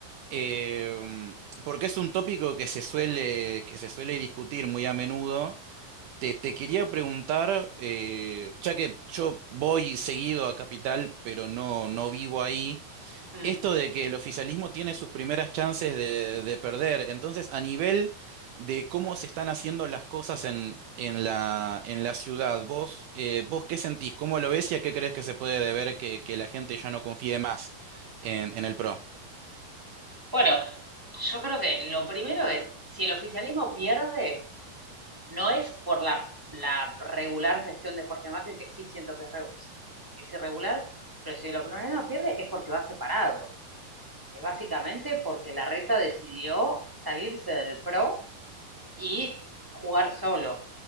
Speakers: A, on the right; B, on the right.
A: eh, porque es un tópico que se suele, que se suele discutir muy a menudo, te, te quería preguntar, eh, ya que yo voy seguido a Capital, pero no, no vivo ahí,
B: Mm.
A: esto de que el oficialismo tiene sus primeras chances de, de perder. Entonces, a nivel de cómo se están haciendo las cosas en, en la, en la ciudad, vos, eh, vos qué sentís, cómo lo ves y a qué crees que se puede deber que, que la gente ya no confíe más en, en el PRO?
B: Bueno, yo creo que lo primero es, si el oficialismo pierde, no es por la, la regular gestión de Jorge Macri, que sí siento que es, re- es irregular, pero si el oficialismo pierde es porque va separado. Es básicamente porque la reta decidió salirse del PRO y jugar solo,